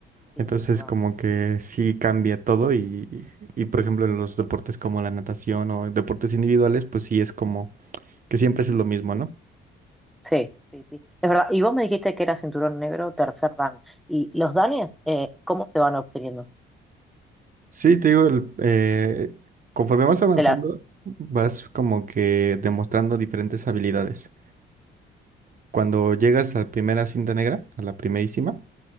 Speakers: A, in the centre; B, on the right.
A: sí,
B: Entonces,
A: es verdad.
B: como que sí cambia todo y, y, por ejemplo, en los deportes como la natación o en deportes individuales, pues sí es como que siempre es lo mismo, ¿no?
A: Sí, sí, sí. Es verdad. Y vos me dijiste que era cinturón negro, tercer dan. ¿Y los danes, eh, cómo se van obteniendo?
B: Sí, te digo, el- eh, conforme vas avanzando,
A: De la...
B: vas como que demostrando diferentes habilidades. Cuando llegas a la primera cinta negra, a la primerísima,